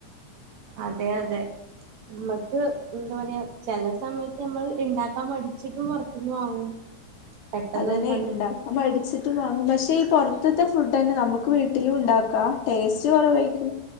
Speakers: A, on the right; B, on the left.
A: അതെ അതെ നമ്മക്ക് എന്താ പറയാ ചില സമയത്ത് നമ്മൾ ഉണ്ടാക്കാൻ മടിച്ചിട്ടും പുറത്തുന്ന് വാങ്ങും. പെട്ടെന്നൊന്ന്
B: അതന്നെ
A: പണി
B: ഇണ്ടാക്കാൻ മടിച്ചിട്ട് വാങ്ങും പക്ഷേ ഈ പുറ ത്തുത്തെ ഫു ഫുഡ് തന്നെ നമുക്ക് വീട്ടിലും
A: ഇപ്പൊ
B: ഉണ്ടാക്കാം ടേസ്റ്റ് കുറവായിരിക്കും.